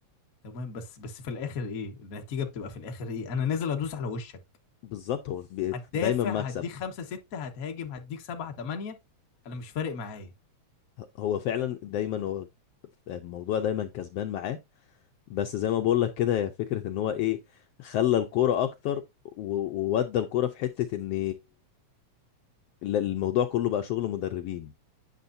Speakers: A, on the left; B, on the left.
A: تمام بس بس في الاخر ايه النتيجه بتبقى في الاخر ايه انا نازل ادوس على وشك
B: بالظبط هو بي-
A: هتدافع
B: دايما مكسب
A: هديك خمسة ستة هتهاجم هديك سبعة تمانية انا مش فارق معايا
B: هو فعلا دايما هو الموضوع دايما كسبان معاه بس زي ما بقول لك كده هي فكرة ان هو ايه خلى الكورة اكتر و- وودى الكورة في حتة ان ال- الموضوع كله بقى شغل مدربين